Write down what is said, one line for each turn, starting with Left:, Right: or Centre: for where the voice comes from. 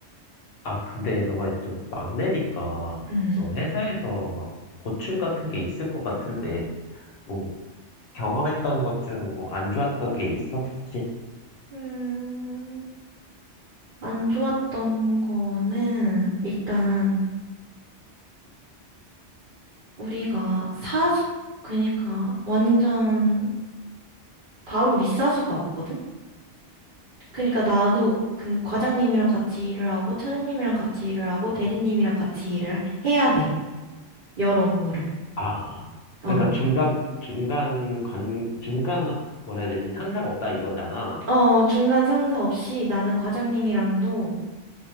Left: 아, 근데 너가 좀 막내니까,
Right: 음.
Left: 너 회사에서 막 고충 같은 게 있을 것 같은데, 뭐, 경험했던 것 중 뭐 안 좋았던 게 있어? 혹시?
Right: 음, 안 좋았던 거는 일단 우리가 사수, 그러니까 완전 바로 윗사수가 없거든? 그러니까 나도 그 과장님이랑 같이 일을 하고 차장님이랑 같이 일을 하고 대리님이랑 같이 일을 해야 돼. 여러 업무를.
Left: 아,
Right: 어.
Left: 그러니까 중간, 중간 관, 중간, 뭐라 해야 되지? 상사가 없다 이거잖아.
Right: 어, 중간 상사 없이 나는 과장님이랑도